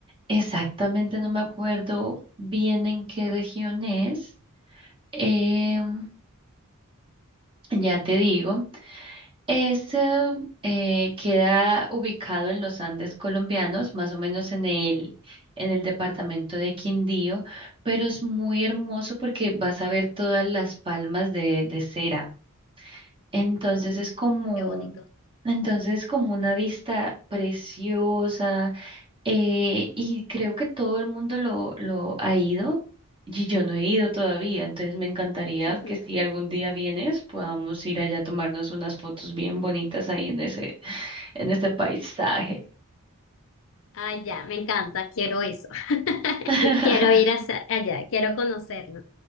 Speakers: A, on the right; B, on the left.
A: Exactamente no me acuerdo bien en qué región es. Em, ya te digo. Ese eh, queda ubicado en los Andes colombianos, más o menos en el, en el departamento de Quindío, pero es muy hermoso porque vas a ver todas las palmas de, de cera. Entonces
B: Uy,
A: es como,
B: qué bonito.
A: entonces es como una vista preciosa. Eh, y creo que todo el mundo lo, lo ha ido y yo no he ido todavía, entonces me encantaría
B: <laughs>
A: que si algún día vienes podamos ir allá a tomarnos unas fotos bien bonitas ahí en ese, <laughs> en este paisaje.
B: Ay, ya, me encanta, quiero eso. <laughs>
A: <laughs>
B: Quiero ir hacia allá, quiero conocerlo.